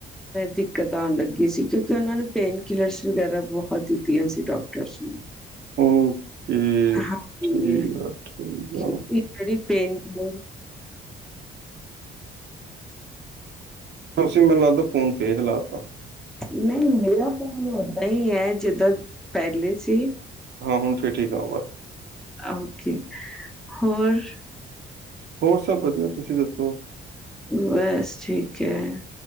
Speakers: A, in the centre; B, on the right.
A: ਦਿੱਕਤ ਆਣ ਲੱਗੀ ਸੀ ਕਿਉਂਕਿ ਉਹਨਾਂ ਨੂੰ ਪੇਨ ਕਿਲਰ ਵਗੈਰਾ ਦਿੱਤੀਆਂ ਸੀ ਡਾਕਟਰਸ
B: ਉਹ ਇਹ
A: ਹਾਂਜੀ,
B: ਠੀਕ ਆ ਠੀਕ
A: ਕਿਉਂਕਿ
B: ਆ।
A: ਜਿਹੜੀ ਪੇਂਟ <inaudible>
B: ਅਸੀਂ ਮੈਨੂੰ ਲੱਗਦਾ ਫੋਨ ਫੇਰ ਹ ਤਾ।
A: ਨਹੀਂ ਮੇਰਾ ਫੋਨ ਉਦਾਂ ਹੀ ਆ ਜਿੱਦਾਂ ਪਹਿਲੇ ਸੀ।
B: ਹੁਣ ਫਿਰ ਠੀਕ ਆ।
A: ਆਹੋ ਜੀ ਹੋਰ?
B: ਹੋਰ ਸਭ ਵਧੀਆ ਤੁਸੀਂ ਦੱਸੋ।
A: ਬਸ ਠੀਕ ਹੈ।